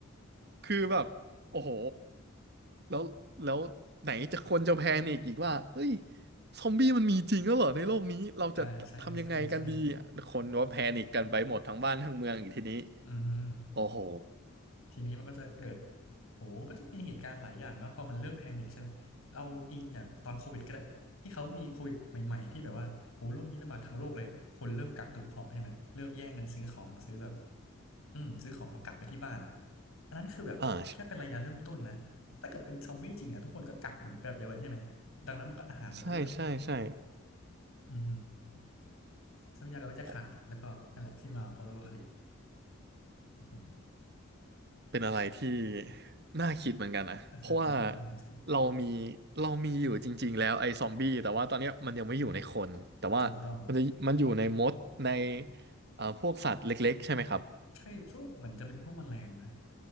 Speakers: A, on the right; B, on the left.
A: คือแบบโอ้โหแล้วแล้วไหนจะคนจะแพนิกอีกว่าเฮ้ยซอมบี้มันมีจริงแล้วเหรอในโลกนี้เราจะทำยังไงกันดี
B: <laughs> อ่าใช่ใช่ใช่
A: คนว่าแพนิกกันไปหมดทั้งบ้านทั้งเมืองอีกทีนี้
B: อืม
A: โอ้โห
B: ทีนี้มันก็จะเกิดโหก็จะมีเหตุการณ์หลายอย่างแล้วพอมันเริ่มแพนิคใช่ไหมเราอิงอย่างตอนโควิดก็ได้ที่เขามีโควิดใหม่ๆที่แบบว่าโหโรคนี้ระบาดทั้งโลกเลยคนเริ่มกักตุนของใช่ไหมเริ่มแย่งกันซื้อของซื้อแบบอืมซื้อของมากักไปที่บ้านอ่ะอันนั้นคือแบบแค่เป็นระยะเริ่มต้นนะถ้าเกิดเป็นซอมบี้จริงอ่ะทุกคนก็กักเหมือนแบบเดียวกันใช่ไหมดังนั้นมันก็อาหารมันก็จะแบบ
A: อ่าใช่ใช่ใช่
B: อือฮึทรัพยากรก็จะขาดแล้วก็นั่นแหละที่มาของ
A: โอ้
B: post apocalypse อืม
A: เป็นอะไรที่น่าคิดเหมือนกันนะ
B: อ่าฮะอ่าฮะน่าสนใจ
A: เพราะว่าเรามีเรามีอยู่จริงๆแล้วไอ้ซอมบี้แต่ว่าตอนเนี้ยมันยังไม่อยู่ในคนแต่ว่ามันจะมันอยู่ในมดใน
B: ถูกต้อง
A: เอ่อพวกสัตว์เล็กๆใช่ไหมครับ
B: ใช่พวกเหมือนจะเป็นพวกแมลงนะ